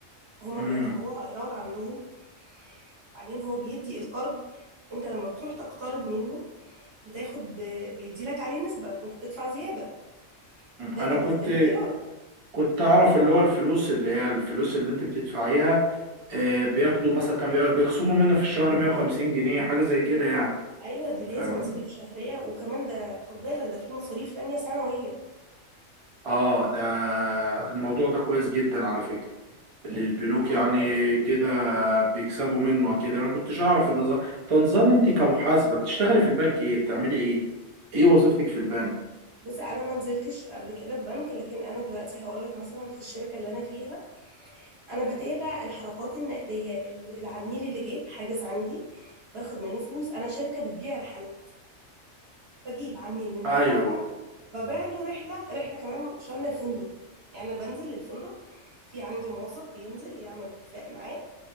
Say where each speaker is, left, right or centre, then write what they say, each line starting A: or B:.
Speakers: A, on the right; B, on the right.
A: هما
B: امم
A: بيعتبروها ايراد عندهم بعدين هو بيدي القرض انت لما بتروح تقترض منه بتاخد بيدي لك عليه نسبة انت بتدفع زيادة ده
B: انا
A: بالنسبة
B: كنت
A: له ايراد
B: كنت اعرف اللي هو الفلوس اللي هي الفلوس اللي انت بتدفعيها آه، بياخدوا مثلا كان بي- بيخصموا منها في الشهر 150 جنيه حاجة زي كده يعني
A: ايوه دي لازم
B: فاهم
A: مصاريف شهرية وكمان ده خد بالك ده في مصاريف تانية سنوية
B: اه ده الموضوع ده كويس جدا على فكرة اللي البنوك
A: فهو
B: يعني
A: كويس
B: كده بيكسبوا منه اكيد انا كنتش اعرف النظام تنظام انت كمحاسبة بتشتغلي في البنك ايه بتعملي ايه ايه وظيفتك في البنك
A: بصي انا ما نزلتش قبل كده في بنك لكن انا دلوقتي هقول لك مثلا في الشركه اللي انا فيها انا بتابع الحركات النقديه ال- العميل اللي جه حاجز عندي باخد منه فلوس انا شركه بتبيع رحلات بجيب عميل من
B: ايوه
A: بره ببيع له رحله رحله كمان شامله الفندق يعني انا بنزل للفندق في عندي موظف بينزل يعمل اتفاق معاه